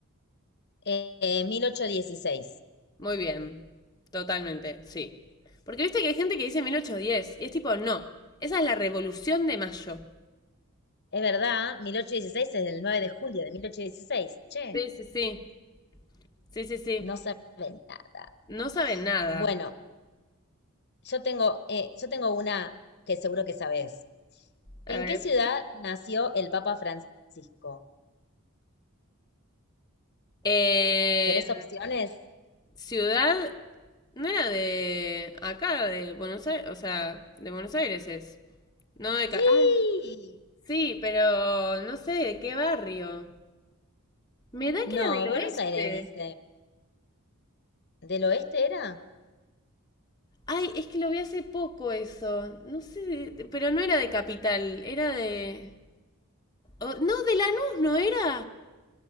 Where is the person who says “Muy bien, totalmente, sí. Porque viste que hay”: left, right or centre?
Left